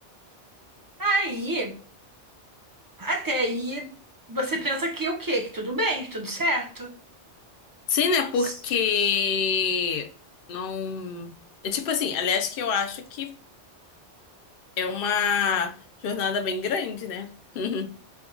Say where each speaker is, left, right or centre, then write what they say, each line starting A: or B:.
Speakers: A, on the right; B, on the left.
A: Aí, até aí, você pensa que o quê? Que tudo bem, que tudo certo?
B: Sim, né? Porque
A: S-
B: não. É tipo assim, aliás, que eu acho que é uma jornada bem grande, né? <laughs>